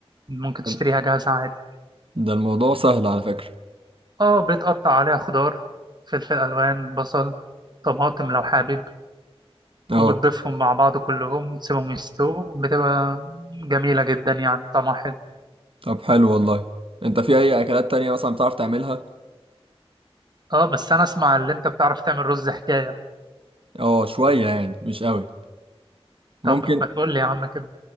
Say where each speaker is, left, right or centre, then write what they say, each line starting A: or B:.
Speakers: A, on the right (about 45°); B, on the right (about 60°).
A: ممكن
B: طب
A: تشتريها جاهزة عادي
B: ده الموضوع سهل على فكرة
A: اه بتقطع عليها خضار فلفل الوان بصل طماطم لو حابب
B: اه
A: وبتضيفهم مع بعض كلهم تسيبهم يستووا بتبقى جميلة جدا يعني طعمها حلو
B: طب حلو والله انت في اي اكلات تانية مثلا بتعرف تعملها
A: اه بس انا اسمع اللي انت بتعرف تعمل رز حكاية
B: اه شوية يعني مش قوي ممكن
A: طب ما تقول لي يا عم كده